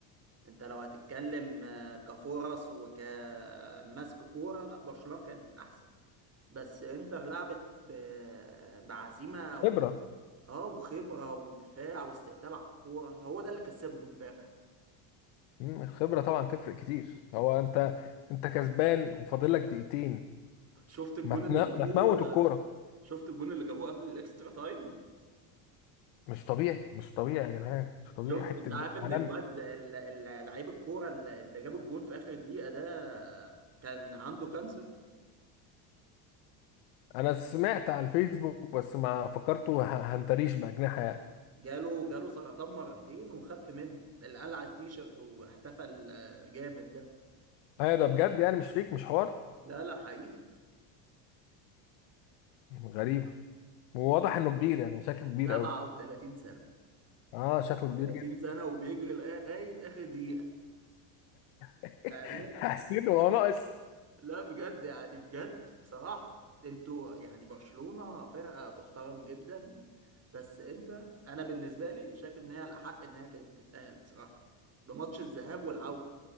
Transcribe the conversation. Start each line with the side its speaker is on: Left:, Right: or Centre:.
Right: انت لو هتتكلم آه، كفرص وكمسك كوره لا برشلونه كانت احسن بس انتر لعبت ب... بعزيمه
Left: خبره
Right: و... اه وخبره ودفاع واستقتال على الكوره هو ده اللي كسبهم امبارح
Left: مم، الخبره طبعا تفرق كتير هو انت انت كسبان وفاضل لك دقيقتين
Right: شفت الجون
Left: ما تنا...
Right: اللي جابوه
Left: ما تموت الكوره
Right: شفت الجون اللي جابوه قبل الاكسترا تايم
Left: مش طبيعي مش طبيعي يا جدعان مش طبيعي
Right: شفت
Left: حته
Right: انت عارف
Left: جول
Right: ان
Left: عالمي
Right: الواد ال- ال- لعيب الكوره اللي اللي جاب الجون في اخر دقيقه ده كان عنده كانسر
Left: انا سمعت على الفيسبوك بس ما فكرته ه- هنتريش باجنحه يعني
Right: جاله جاله سرطان مرتين وخف منهم اللي قلع التيشيرت واحتفل آه، جامد ده
Left: ايوه ده بجد يعني مش فيك مش حوار
Right: لا لا حقيقي
Left: غريب وواضح انه كبير يعني شكله كبير
Right: 37
Left: قوي
Right: سنه
Left: اه شكله
Right: 30
Left: كبير جدا
Right: سنة وبيجري لغاية آخر دقيقة
Left: <laughs>
Right: بأمان
Left: حسيت هو ناقص
Right: لا بجد يعني بجد بصراحة انتوا يعني برشلونة فرقة تحترم جدا بس انت انا بالنسبة لي شايف ان هي الأحق انها كانت تتأهل بصراحة بماتش الذهاب والعودة